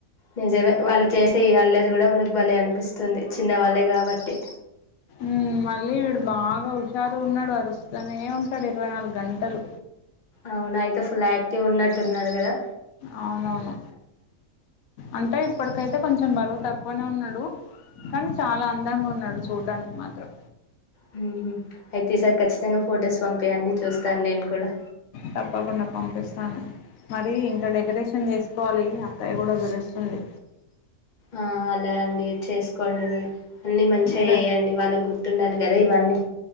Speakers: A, on the left; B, on the left.
A: నిజమే వాళ్ళు చేసే ఈ అల్లరి కూడా మనకు భలే అనిపిస్తుంది చిన్నవాళ్ళే గాబట్టి
B: మ్ మళ్ళీ వీడు బాగా హుషారు ఉన్నాడు అరుస్తనే ఉంటాడు ఇరవై నాలుగు గంటలు
A: అవునా అయితే ఫుల్ యాక్టివ్ ఉన్నట్టున్నాడు గదా
B: అవునవును అంటే ఇప్పటికైతే కొంచెం బరువు త క్కునే ఉన్నాడు కానీ చాలా అందంగా ఉన్నాడు చూడ్డానికి మాత్రం
A: హు హూ అయితే ఈసారి ఖచ్చితంగా ఫొటోస్ పంపీయండి చూస్తాను నేను కూడా
B: తప్పకుండా పంపిస్తాను మరి ఇంకా డెకరేషన్ జేసుకోవాలి అక్కయ్య గూడా ఎదురు ఉంది
A: ఆ అలా అండి చేసుకోండి మరి అన్ని మంచిగా
B: మీరే
A: చేయండి వాళ్ళకి గుర్తుండాలి గదా ఇవన్నీ